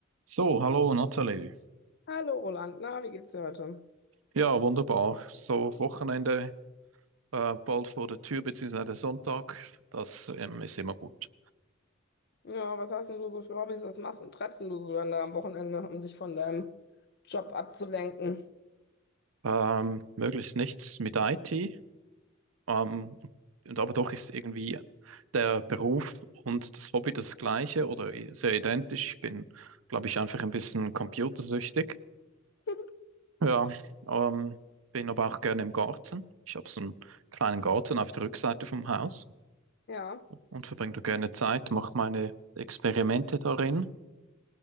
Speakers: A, on the right; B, on the left.
A: So, hallo Nathalie.
B: Hallo Roland, na, wie geht's dir heute?
A: Ja, wunderbar. So, Wochenende äh, bald vor der Tür, beziehungsweise der Sonntag, das ähm, ist immer gut.
B: Ja, was hast denn du so für Hobbys? Was machst und treibst denn du so dann da am Wochenende, um dich von deinem Job abzulenken?
A: Ähm, möglichst nichts mit IT, ähm, und aber doch ist irgendwie der Beruf und das Hobby das gleiche oder i- sehr identisch. Ich bin, glaube ich, einfach ein bisschen computersüchtig.
B: <laughs>
A: Ja, ähm, bin aber auch gerne im Garten. Ich habe so einen kleinen Garten auf der Rückseite vom Haus.
B: Ja,
A: und verbringe da gerne Zeit, mache meine Experimente darin.